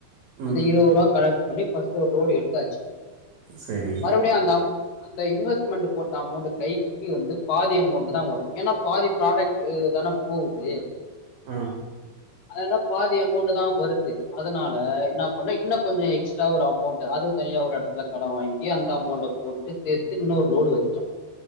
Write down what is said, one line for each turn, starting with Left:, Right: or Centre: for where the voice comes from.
Right: ம்
Left: அந்த இருவது ரூபா கடக் பண்ணி பஸ்ட் ஒரு லோடு எடுத்தாச்சு
Right: சரி
Left: மறுபடியும் அந்த ஆப் அந்த இன்வெஸ்ட்மெண்ட் போட்ட அமௌண்ட் கையிக்கு வந்து பாதி அமௌண்ட் தான் வரும் ஏனா பாதி ப்ராடக்ட் உ தானே போது
Right: ஆஹ்
Left: அதன பாதி அமௌண்ட்டு தான் வருது அதனால என்ன பண்ணா இன்னு கொஞ்ச எக்ஸ்ட்டா ஒரு அமௌண்ட் அது தனியா ஒரு இடத்துல கடன் வாங்கி அந்த அமௌண்ட போட்டு சேத்து இன்னொரு லோடு வச்சோம்